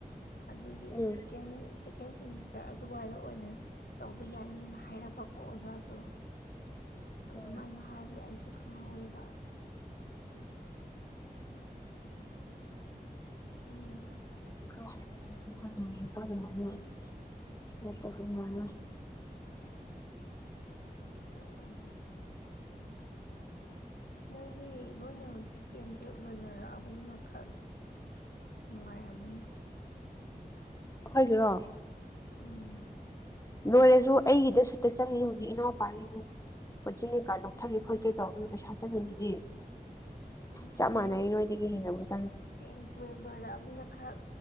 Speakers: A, on the left; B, on the left.
A: ꯑꯗꯨꯒꯤ
B: ꯎꯝ
A: ꯁꯀꯦꯟ ꯁꯦꯀꯦꯟ ꯁꯦꯃꯤꯁꯇꯔ ꯑꯗꯨꯋꯥꯏꯗ ꯑꯣꯏꯅ ꯇꯧꯕ ꯌꯥꯅꯤꯅ ꯍꯥꯏꯔꯛꯄꯀꯣ ꯑꯣꯖꯥꯁꯨ ꯑꯗꯨꯃꯥꯏꯅ
B: ꯎꯝ
A: ꯍꯥꯏꯕ ꯑꯩꯁꯨ ꯈꯪꯍꯧꯋꯦꯕ ꯍ‌ꯦꯍꯥ
B: <inaudible>
A: ꯎꯝ ꯎꯝ ꯅꯣꯏꯗꯤ ꯂꯣꯏꯅ ꯇꯦꯟ ꯇꯨꯌꯦꯜꯞ ꯂꯣꯏꯅꯔꯛꯑꯕꯅꯤꯅ ꯈꯔ ꯅꯨꯡꯉꯥꯏꯔꯝꯃꯅꯤ
B: ꯑꯩꯈꯣꯏꯒꯤꯔꯣ
A: ꯎꯝ
B: ꯂꯣꯏꯔꯁꯨ ꯑꯩꯒꯤꯗ ꯁꯨꯠꯇ ꯆꯪꯉꯤ ꯍꯧꯖꯤꯛ ꯏꯅꯥꯎꯄꯥꯒꯤꯁꯨ ꯀꯣꯆꯤꯡ ꯀꯩꯀꯥ ꯂꯧꯊꯒꯦ ꯈ‌ꯣꯠꯀ‌ꯦ ꯇꯧꯕꯗ ꯄꯩꯁꯥ ꯆꯪꯉꯤꯁꯤꯗꯤ ꯆꯞ
A: ꯑꯩꯅ
B: ꯃꯥꯟꯅꯩ
A: ꯍꯥꯏꯗꯤ
B: ꯅꯣꯏꯗꯒꯤ ꯍꯦꯟꯅꯕꯨ ꯆꯪꯉ‌ꯦ
A: ꯇꯦꯟ ꯇꯨꯌꯦꯜꯕ ꯂꯣꯏꯔꯛꯑꯕꯅꯤꯅ ꯈꯔ